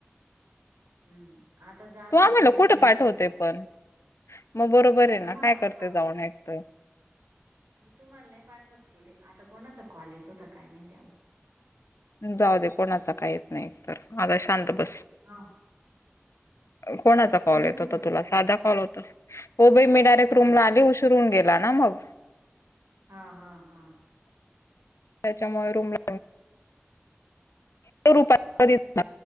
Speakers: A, on the right; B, on the left.
A: हम्म आता जात
B: तू आम्हाला
A: होती तर
B: कुठे
A: तिला
B: पाठवतेय
A: थांबव
B: पण. मग बरोबर आहे
A: तुम्हाला
B: ना काय
A: नाही
B: करते जाऊन ऐकतंय.
A: मग तुम्हाला नाही पाठवत कुठे आता कोणाचा कॉल येत होता काय माहित आता
B: जाऊ दे कोणाचा काही येत नाही तर आता शांत बस.
A: हा
B: कोणाचा कॉल
A: तू येऊन
B: येत
A: गेली
B: होता
A: का
B: तुला
A: रो
B: साधा कॉल होता. ओबे मी डायरेक्ट
A: हा
B: रूमला आली उशीरून गेला ना मग
A: हा हा हा
B: त्याच्यामुळे रूमला रूपा
A: हा
B: दीदी